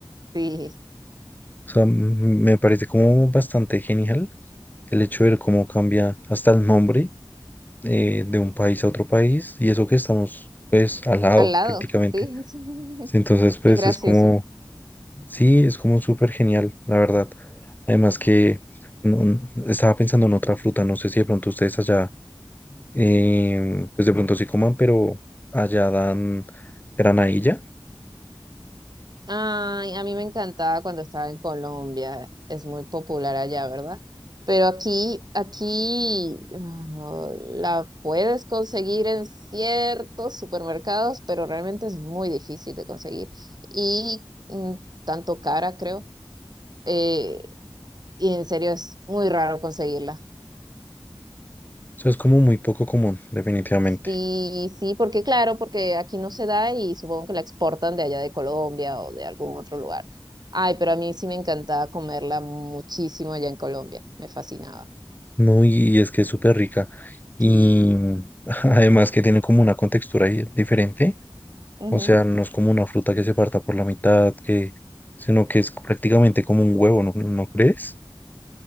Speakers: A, on the right; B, on the left.
A: sí,
B: O sea, m- me parece como bastante genial el hecho de ver cómo cambia hasta el nombre eh, de un país a otro país y eso que estamos, pues, al lado
A: al lado,
B: prácticamente.
A: sí, <laughs>
B: Sí, Entonces, pues,
A: es gracioso.
B: es como, sí, es como súper genial, la verdad. Además que no- estaba pensando en otra fruta, no sé si de pronto ustedes allá eh, pues de pronto sí coman, pero allá dan granadilla.
A: Ay, a mí me encantaba cuando estaba en Colombia, es muy popular allá, ¿verdad? Pero aquí, aquí ah, la puedes conseguir en ciertos supermercados, pero realmente es muy difícil de conseguir y mm, tanto cara, creo. eh, y en serio es muy raro conseguirla.
B: Eso es como muy poco común, definitivamente.
A: Sí, sí, porque claro, porque aquí no se da y supongo que la exportan de allá de Colombia o de algún otro lugar. Ay, pero a mí sí me encantaba comerla muchísimo allá en Colombia, me fascinaba.
B: No, y es que es súper rica. Y
A: Sí.
B: <laughs> además que tiene como una contextura ahí diferente.
A: Ujú.
B: O sea, no es como una fruta que se parta por la mitad, que, sino que es prácticamente como un huevo, ¿no, no crees?